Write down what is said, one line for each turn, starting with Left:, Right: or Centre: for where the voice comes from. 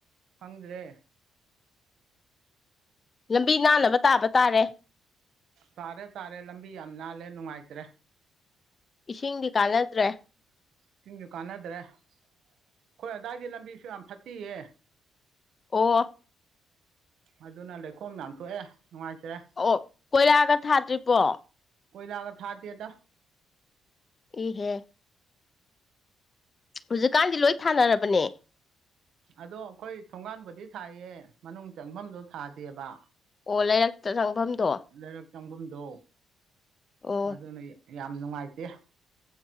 Right: ꯈꯪꯗ꯭ꯔꯦ
Left: ꯂꯝꯕꯤ ꯅꯥꯟꯅꯕ ꯇꯥꯕ ꯇꯥꯔꯦ
Right: ꯄꯥꯔꯦ ꯇꯥꯔꯦ ꯂꯝꯕꯤ ꯌꯥꯝ ꯅꯥꯜꯂꯦ ꯅꯨꯡꯉꯥꯏꯇ꯭ꯔꯦ
Left: ꯏꯁꯤꯡꯗꯤ ꯀꯥꯟꯅꯗ꯭ꯔꯦ
Right: ꯏꯁꯤꯡꯁꯨ ꯀꯥꯟꯅꯗ꯭ꯔꯦ ꯑꯩꯈꯣꯏ ꯑꯗꯥꯏꯗꯤ ꯂꯝꯕꯤꯁꯨ ꯌꯥꯝ ꯐꯠꯇꯤꯌꯦ
Left: ꯑꯣ
Right: ꯑꯗꯨꯅ ꯂꯩꯈꯣꯝ ꯌꯥꯝ ꯊꯣꯛꯑꯦ ꯅꯨꯡꯉꯥꯏꯇꯔꯦ
Left: ꯑꯣ ꯀꯣꯏꯂꯥꯒ ꯊꯥꯗ꯭ꯔꯤꯕꯣ
Right: ꯀꯣꯏꯂꯥꯒ ꯊꯥꯗꯦꯗ
Left: ꯏꯍꯦ ꯍꯧꯖꯤꯛꯀꯥꯟꯗꯤ ꯂꯣꯏ ꯊꯥꯅꯔꯕꯅꯦ
Right: ꯑꯗꯣ ꯑꯩꯈꯣꯏ ꯊꯣꯡꯒꯥꯟꯕꯨꯗꯤ ꯊꯥꯏꯌꯦ ꯃꯅꯨꯡ ꯆꯪꯐꯝꯗꯣ ꯊꯥꯗꯦꯕ
Left: ꯑꯣ ꯂꯩꯔꯛꯇ ꯆꯪꯐꯝꯗꯣ
Right: ꯂꯩꯔꯛ ꯆꯪꯕꯝꯗꯣ
Left: ꯑꯣ
Right: ꯑꯗꯨꯅꯤ ꯌꯥꯝ ꯅꯨꯡꯉꯥꯏꯇꯦ